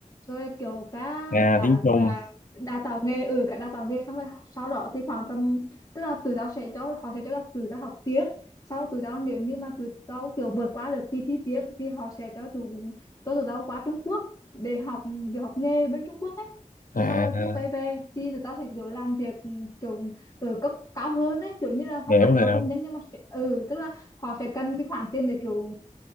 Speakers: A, on the left; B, on the left.
A: rồi kiểu cả
B: Nghề
A: cả
B: tiếng Trung,
A: cả đào tạo nghề ừ cả đào tạo nghề xong rồi sau đó thì khoảng tầm tức là tụi tao sẽ cho họ sẽ cho tụi tao học tiếng sau tụi tao nếu như mà tụi tao kiểu vượt qua được kỳ thi tiếng thì họ sẽ cho tụi cho tụi tao qua Trung Quốc để học để học nghề bên Trung Quốc ấy
B: à,
A: xong rồi khi quay về thì tụi tao sẽ kiểu làm việc ừ, kiểu ở cấp cao hơn ấy kiểu như là
B: hiểu
A: không hẳn
B: hiểu,
A: là công nhân nhưng mà sẽ ừ tức là họ sẽ cần cái khoản tiền để kiểu